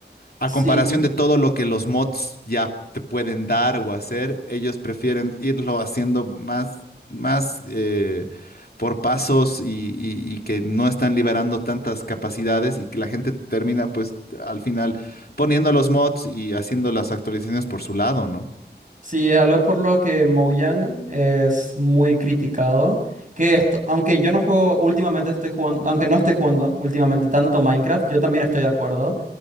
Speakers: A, on the left; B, on the right.
A: A
B: sí,
A: comparación de todo lo que los mods ya te pueden dar o hacer, ellos prefieren irlo haciendo más, más eh, por pasos y, y- y que no están liberando tantas capacidades y que la gente termina pues al final poniendo los mods y haciendo las actualizaciones por su lado, ¿no?
B: Sí, es algo por lo que Mojang es muy criticado. Que esto, aunque yo no juego, últimamente estoy jugando, aunque no estoy jugando últimamente tanto Minecraft, yo también estoy de acuerdo.